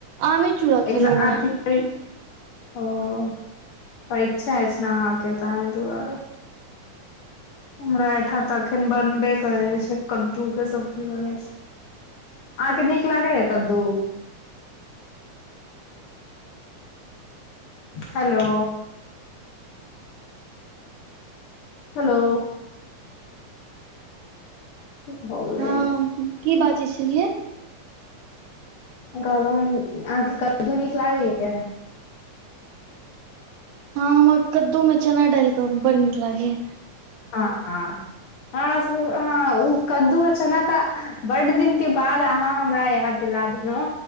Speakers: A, on the right; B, on the left.
A: आमे चूड़ा
B: एगजा
A: खेलहुँ
B: आथिक
A: हेँ
B: परीक्षा अछि ने आहा के ताई दुआरे हमरा ठाम तऽ अखन बनबे करै छै कद्दू के सब्जी बनै छै अहाँके नीक लागै त कद्दू हेलो हेलो भ गिलाई
A: हँ की बाजै छलियै
B: कहलौं अहाँके कद्दू नीक लागैया
A: हँ हमरा कद्दू में चना डालि के बड़ नीक लागे य
B: हा हां ह ओ कद्दू आ चना त बड दिन के बाद अहाँ हमरा याद दिला देलौं